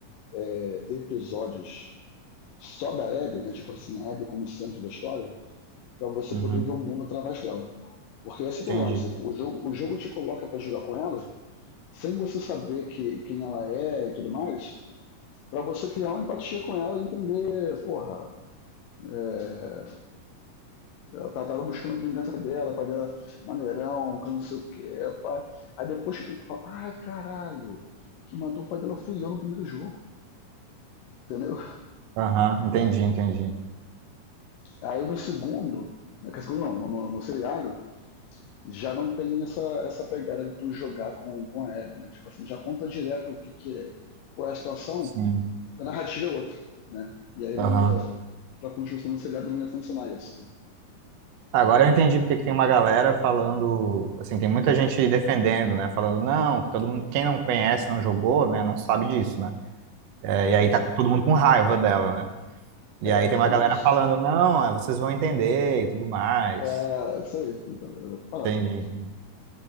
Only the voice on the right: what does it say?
Uhum.
Entendi.
Aham. Entendi, entendi.
Sim.
Aham.
Agora eu entendi porque que tem uma galera falando, assim, tem muita gente defendendo, né? Falando, não, que todo mundo, quem não conhece, não jogou, né? Não sabe disso, né? É, e aí tá todo mundo com raiva dela, né? E aí
tem uma galera falando, não, é, vocês vão entender e tudo mais.
Entendi.